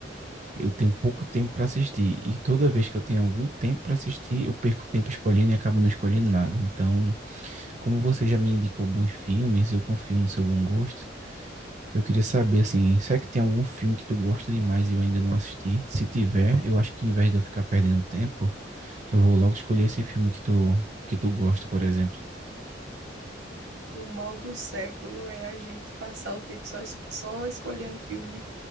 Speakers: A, on the right (about 40°); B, on the right (about 70°).
A: eu tenho pouco tempo para assistir e toda vez que eu tenho algum tempo para assistir, eu perco tempo escolhendo e acabo não escolhendo nada. Então, como você já me indicou bons filmes, eu confio no seu bom gosto. Eu queria saber, assim, será que tem algum filme que tu gosta demais e eu ainda não assisti? Se tiver, eu acho que em vez de eu ficar perdendo tempo, eu vou logo escolher esse filme que tu, que tu gosta, por exemplo.
B: O mal do século é a gente passar o tempo só, es- só escolhendo filme, né?